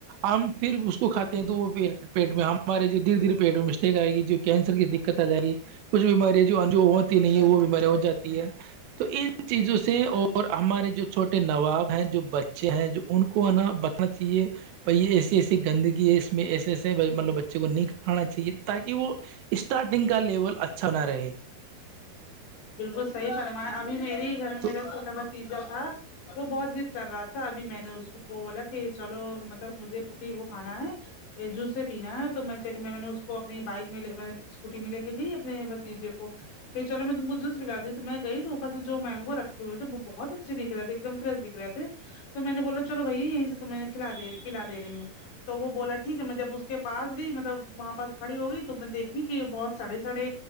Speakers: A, on the right (about 80°); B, on the left (about 80°).
A: ہم پھر اس کو
B: جی
A: کھاتے
B: جی
A: ہیں
B: جی
A: تو وہ پیٹ میں ہمارے جو دھیر دھیرے پہٹ مسٹیک آئےی جو کینسر کی دقت آ جائےی کچھ بیمارییاں جو
B: بالکل
A: انجو ہوتی
B: بالکل
A: نہیں
B: صحیح
A: ہے وہ بیمارییاں ہو جاتی ہے تو ان چیزوں سے
B: جی
A: اور ہمارے جو چھوٹے نواب ہیں جو بچے ہیں جو ان کو ہے نا بچنا چاہیے یہ ایسیے ایسی گندگی ہے اس میں ایسے ایسے مطلب بچے کو نہیں کھانا چاہیے تاکہ وہ اسٹارٹنگ کا لیول اچھا نہ رہے
B: بالکل صحی فرمایا ابھی میرے ہی گھر میں
A: تو
B: میرا چھوٹا بھتیجا تھا وہ بہت جضد کر رہا تھا ابھی میں نے اس کو وہ بولا کہ چلو مطلب مجھے پپی وہ کھانا ہے جوس سے پینا ہے تو میں چلی میں نے اس کو اپنی بائک میںے اسکوٹی میں لے کے گئی اپنے بتیجے کو کہ چلو میں تم کو جو جسلا دی ہ تو میں گئی تو اوپر سے جو مینگو رکھے ہوئے تھے بہت اچھے دکھ رہے ایکم فریش دکھ رہ تھے تو میں نے بولا چلو بھیا یہیں سے تمہ کھلاے پلا دے رہی ہوں تو وہ بولا ٹھیک ہے میں جب اس کے پاس گئی مطلب وہاں پس کھڑی ہو گئی تو میں دیکھی کہ بہت سڑے سڑے